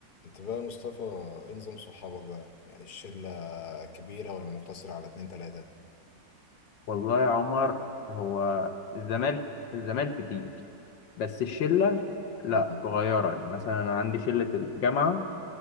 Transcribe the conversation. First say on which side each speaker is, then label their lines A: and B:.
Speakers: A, on the left; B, on the left.
A: انت بقى يا مصطفى ايه نظام صحابك بقى يعني الشلة كبيرة ولا مقتصرة على اتنين تلاتة
B: والله يا عمر هو الزمالك الزمالك كتير بس الشلة
A: امم
B: لا صغيرة يعني مثلا أنا عندي شلة الجامعة